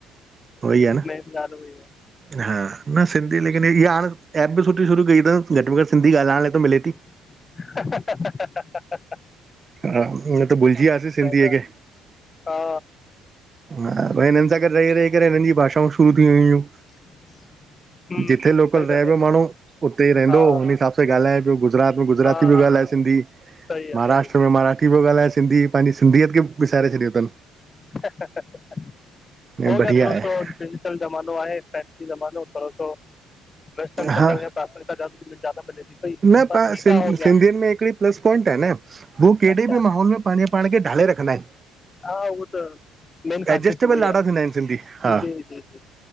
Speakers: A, on the right; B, on the left.
A: उहो ई आ न
B: मेन ॻाल्हि उहा ई आहे
A: हा, न सिंधी लेकिन इहा हाणे ऐ एप बि सुठी शुरू कई अथि, घटि में घटि सिंधी ॻाल्हाइण लाइ त मिले थी।
B: हहहह
A: हा, न त भुलजी वियासीं सिंधीअ
B: पिया
A: खे।
B: हा
A: हा भई! हिननि सां गॾु रही -रही करे हिननि जी भाषाऊं शुरू थी वई हुयूं।
B: <unintelligible> हम्म
A: जिथे लोकल
B: सही
A: रहे
B: था चओ
A: पियो
B: पिया
A: माण्हू उते ई रहंदो,
B: हा
A: हुनि हिसाब सां ॻाल्हाए पियो, गुजरात में गुजराती
B: हा हा
A: पियो ॻाल्हाए
B: हा
A: सिंधी
B: सही आ,
A: महाराष्ट्र
B: सही आ
A: मराठी पियो ॻाल्हाए सिंधी, पंहिंजी सिंधीयत खे विसारे छॾियो थनि।
B: हो
A: ऐं बढ़िया
B: गया रो
A: आहे
B: सो <inaudible> डिजिटल ज़मानो आहे, फैंसी ज़मानो थोरो सो, वैस्टर्न कल्चर
A: हा
B: खे प्राथमिकता ज्यादा जयादा मिले थी पई
A: न
B: पर
A: प,
B: ठीकु
A: सि
B: आहे हो गया
A: सिंधियुनि में हिकिड़ी प्लस पाइंट आहे न हू कहिड़े
B: अच्छा
A: बि माहौल में पंहिंजे पाण खे ढाले रखंदा आहिनि।
B: हा उह त, मेन ख़ासियत
A: एडजस्टेबल
B: उहोयी
A: ॾाढा
B: आ,
A: थींदा आहिनि सिंधी
B: जी
A: हा
B: जी जी।